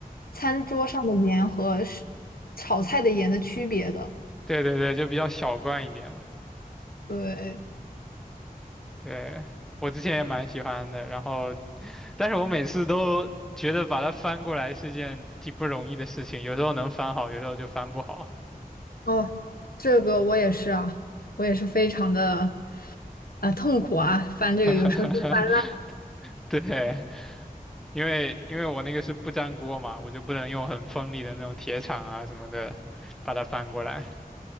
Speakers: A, on the left; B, in the centre.
A: 餐桌上的盐和是炒菜的盐的区别的。
B: 对对对，就比较小罐一点嘛。
A: 对，
B: 对，我之前也蛮喜欢的，然后。但是我每次都觉得把它翻过来是件挺不容易的事情，有时候能翻好，有时候就翻不好。
A: 哦，这个我也是啊，我也是非常的啊痛苦啊，翻这个有时候就是翻。
B: <laughs> 对，因为因为我那个是不粘锅嘛，我就不能用很锋利的那种铁铲啊什么的把它翻过来。